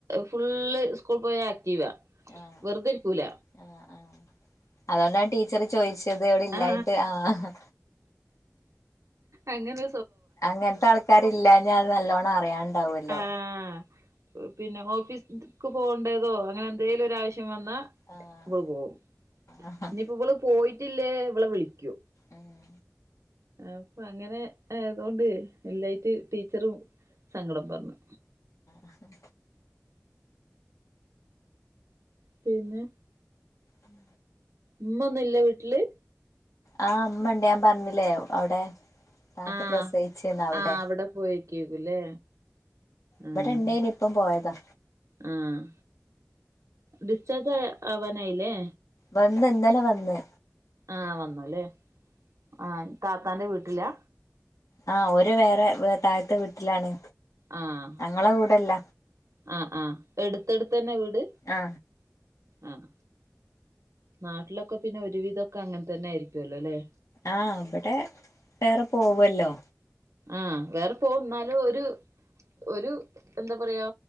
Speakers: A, on the right (about 75°); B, on the left (about 85°).
A: ഫുള് സ്കൂൾ പോയ ആക്റ്റീവാ
B: ആഹ്
A: വെറുതെരിക്കൂല
B: ആഹ് ആഹ് അതുകൊണ്ടാണ് ടീച്ചർ ചോദിച്ചത് ഇവിടെ ഇല്ലായിട്ട്
A: ആ
B: ആഹ്
A: അങ്ങനെ
B: അങ്ങനത്തെ ആൾക്കാരില്ലാഞ്ഞ അത് നല്ലോണം അറിയാനിണ്ടാവല്ലോ
A: ആഹ് പിന്നെ ഓഫീസിക്ക് പോകേണ്ടേതോ അങ്ങനെ എന്തേലും ഒരാവശ്യം വന്നാ
B: ആഹ്
A: ഇവള് പോകും
B: ആഹ്
A: ഇനിപ്പോ ഇവള് പോയിട്ടില്ലേ ഇവള വിളിക്കൂ
B: ഉം
A: അപ്പ അങ്ങനെയായതുകൊണ്ട് ഇല്ലാഞ്ഞിട്ട് ടീച്ചറും സങ്കടം പറഞ്ഞു
B: ആഹ
A: പിന്നെ
B: ഉം
A: ഉമ്മ ഒന്നും ഇല്ലേ വീട്ടില്
B: ആഹ് അമ്മയൊണ്ട് ഞാൻ പറഞ്ഞില്ലേ അവിടെ താത്ത
A: ആഹ്
B: പ്രസയിച്ചെന്ന് അവിടെ
A: ആഹ് പോയേക്കേക്കുല്ലേ ആഹ്
B: ഇവിടെ ഉണ്ടായിനു ഇപ്പം പോയതാ
A: ആഹ് ഡിസ്ചാർജ് ആവാനായില്ലേ
B: വന്ന് ഇന്നലെ വന്ന്
A: ആഹ് വന്നൂലേ ആഹ് താത്താന്റെ വീട്ടിലാ
B: ആഹ് ഓര് വേറെ താഴത്തെ വീട്ടിലാണ്
A: ആഹ്
B: ഞങ്ങളെ കൂടെല്ല
A: ആഹ് ആഹ് അടുത്തെടുത്തന്നെ വീട്
B: ആ
A: ആഹ് നാട്ടിലൊക്കെ പിന്നെ ഒരുവിധൊക്കെ അങ്ങനെ തന്നെയായിരിക്കുവല്ലോ അല്ലെ
B: ആഹ് ഇവിടെ വേറെ പോവൊല്ലോ
A: ആഹ് വേറെ പോ എന്നാലും ഒരു ഒരു എന്താ പറയാ